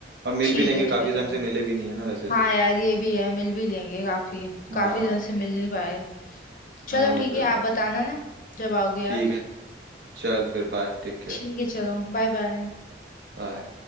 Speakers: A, on the right; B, on the left.
A: और मिल
B: ठीक
A: भी लेंगे
B: है ठीक
A: काफ़ी
B: है ठीक
A: टाइम
B: है
A: से मिले भी नहीं है ना वैसे
B: हाँ यार ये भी है मिल भी लेंगे काफी
A: हाँ
B: काफी दिन से मिल नहीं पाए चलो
A: हाँ वो
B: ठीक
A: तो
B: है
A: है
B: आप बताना ना जब आओगे
A: ठीक
B: आप
A: है चल फिर बाय टेक केयर
B: ठीक है चलो बाय बाय
A: बाय